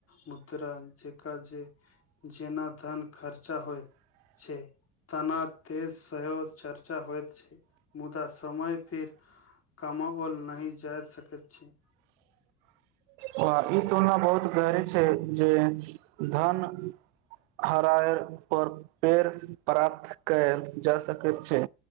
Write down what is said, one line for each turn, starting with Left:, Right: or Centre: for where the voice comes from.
Left: मुद्रा जेका जे जेना धन खर्चा होइत छै तेना <unintelligible> सेहो चर्चा होइत छै। मुदा समय फेर कमाओल नहि जा सकैत छै।
Right: ऊ तॅं ओना बहुत गहरी छै जे धन हरायर पर पेड़ प्राप्त कयल जा सकैत छै।